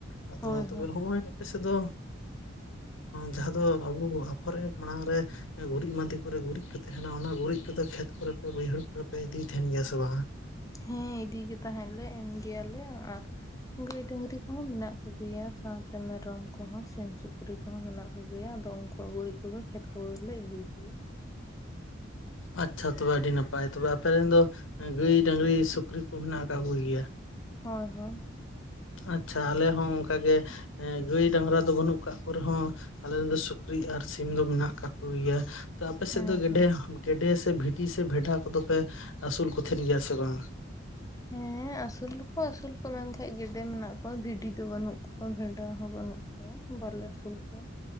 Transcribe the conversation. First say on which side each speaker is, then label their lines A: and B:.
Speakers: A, on the left; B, on the left.
A: ᱟᱫᱚ
B: ᱦᱳᱭ
A: ᱛᱚᱵᱮ
B: ᱦᱳᱭ
A: ᱦᱚᱸᱜᱼᱚᱭ ᱟᱯᱮ ᱥᱮᱫ ᱫᱚᱼᱼ ᱡᱟᱦᱟᱸ ᱫᱚ ᱟᱵᱚ ᱟᱯᱷᱚᱨ ᱢᱟᱲᱟᱝ ᱨᱮ ᱜᱩᱨᱤᱡ ᱢᱟᱸᱫᱮ ᱠᱚᱨᱮ ᱜᱩᱨᱤᱡ ᱠᱟ ᱛᱟᱦᱮᱱᱟ ᱚᱱᱟ ᱜᱩᱨᱤᱡ ᱠᱚᱫᱚ ᱠᱷᱮᱛ ᱠᱚᱨᱮ ᱯᱮ ᱵᱟᱹᱭᱦᱟᱹᱲ ᱠᱚᱨᱮ ᱯᱮ ᱤᱫᱤᱭ ᱛᱟᱦᱮᱱ ᱜᱮᱭᱟ ᱥᱮ ᱵᱟᱝᱟ?
B: ᱦᱮᱸ ᱤᱫᱤᱜᱮ ᱛᱟᱦᱮᱸ ᱞᱮ ᱮᱱ ᱜᱮᱭᱟᱞᱮ ᱟᱨᱼᱼ ᱜᱟᱹᱭ ᱰᱟᱹᱝᱨᱤ ᱠᱚᱦᱚᱸ ᱢᱮᱱᱟᱜ ᱠᱚᱜᱮᱭᱟ ᱥᱟᱶᱛᱮ ᱢᱮᱨᱚᱢ ᱠᱚᱦᱚᱸ ᱥᱤᱢ ᱥᱩᱠᱨᱤ ᱠᱚᱦᱚᱸ ᱢᱮᱱᱟᱜ ᱠᱚᱜᱮᱭᱟ ᱟᱫᱚ ᱩᱱᱠᱩ ᱩᱱᱠᱩ ᱟᱜ ᱜᱩᱨᱤᱡ ᱠᱚᱜᱮ ᱠᱷᱮᱛ ᱠᱚᱨᱮ ᱞᱮ ᱤᱫᱤ ᱜᱮᱭᱟ᱾
A: ᱟᱪᱪᱷᱟ ᱛᱚᱵᱮ ᱟᱹᱰᱤ ᱱᱟᱯᱟᱭ ᱛᱚᱵᱮ ᱟᱯᱮ ᱨᱮᱱ ᱫᱚ ᱜᱟᱹᱭ ᱰᱟᱹᱝᱨᱤ ᱥᱩᱠᱨᱤ ᱠᱚ ᱢᱮᱱᱟᱜ ᱟᱠᱟᱫ ᱠᱚᱜᱮᱭᱟ᱾
B: ᱦᱳᱭ ᱦᱳᱭ
A: ᱟᱪᱪᱷᱟ ᱟᱞᱮ ᱦᱚᱸ ᱚᱱᱠᱟᱜᱮ ᱜᱟᱹᱭ ᱰᱟᱝᱨᱟ ᱫᱚ ᱵᱟᱹᱱᱩᱜ ᱠᱟᱜ ᱠᱚ ᱨᱮᱦᱚᱸᱼᱼ ᱟᱞᱮ ᱫᱚ ᱥᱩᱠᱨᱤ ᱟᱨ ᱥᱤᱢ ᱫᱚ ᱢᱮᱱᱟᱜ ᱠᱟᱜᱮ ᱭᱟᱼᱼ ᱛᱚ ᱟᱯᱮ ᱥᱮᱫ
B: ᱦᱮᱸ
A: ᱫᱚ ᱜᱮᱰᱮ
B: ᱦᱮᱸ
A: ᱜᱮᱰᱮ ᱥᱮ ᱵᱷᱤᱴᱤ ᱥᱮ ᱵᱷᱮᱰᱟ ᱠᱚᱫᱚ ᱯᱮ ᱟᱹᱥᱩᱞ ᱠᱚ ᱛᱟᱦᱮᱱ ᱜᱮᱭᱟ ᱥᱮ ᱵᱟᱝ?
B: ᱦᱮᱸ ᱟᱹᱥᱩᱞ ᱫᱚᱠᱚ ᱟᱹᱥᱩᱞ ᱠᱚᱣᱟ ᱢᱮᱱᱠᱟᱱᱡ ᱜᱮᱰᱮ ᱢᱮᱱᱟᱜ ᱠᱚᱣᱟ ᱵᱷᱤᱰᱤ ᱫᱚ ᱵᱟᱹᱱᱩᱜ ᱠᱚᱣᱟ ᱵᱷᱮᱰᱟ ᱦᱚᱸ ᱵᱟᱹᱱᱩᱜᱼᱼ ᱦᱚ ᱵᱟᱞᱮ ᱟᱹᱥᱩᱞ ᱠᱚᱣᱟ